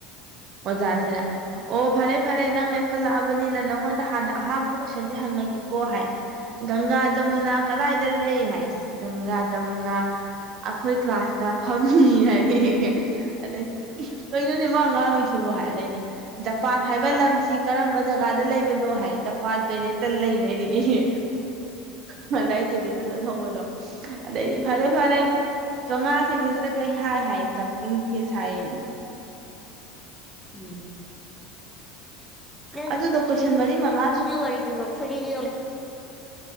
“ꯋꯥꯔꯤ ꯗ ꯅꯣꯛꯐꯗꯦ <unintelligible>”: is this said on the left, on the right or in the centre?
Centre